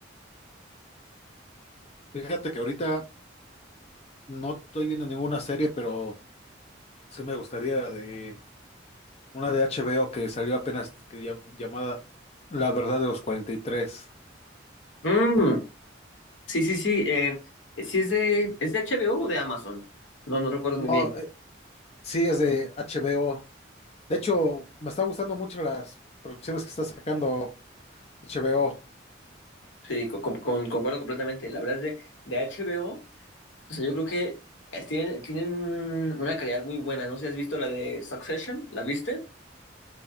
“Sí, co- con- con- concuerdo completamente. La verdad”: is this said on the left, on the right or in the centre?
Left